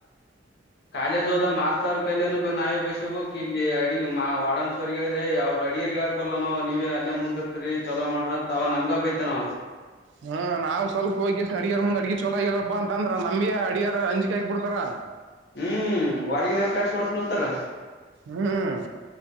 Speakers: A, on the left; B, on the right.
A: ಕಾಲ ಜೋದ ಮಾಸ್ತರ್ ಕಲ್ಯನು ನಾವೇ ಬಸಬಬೇಕಕ್ ಇಲ್ಲಿ ಅಡಿ ಮಾ ವಡನ್ಸ್ವರ್ದ್ರೆ ಅವ್ರರು ಅಡಿಯರ್ ಬರ್ಲ್ಲಾನ ನೀವ ಅಲ್ಲೇ ಮುಂದ್ ಇರ್ತರಿ ಚಲೋ ಮಾಡ್ರಂತ ತ ಅವ ನಮಗ ಬೈತಾನ
B: ಹ್ಮ ನಾವು ಸ್ವಲ್ಪ ಹೋಗಿ ಅಡ್ಗೆರ್ ಮುಂದೆ ಅಡಗಿ ಚೆನ್ನಾಗಿ ಇಲ್ಲಪ್ಪ ಅಂದ್ರೆ ನಮಗೆ ಅಡಿಗೆ ಬಿಡ್ತಾರೆ
A: ಹ್ಮ್ ವರಿಯನ್ ಕಳಿಸಿ ಕೊಡುಸ್ತಾರೆ ಅಂತಾರೆ
B: ಹ್ಮ್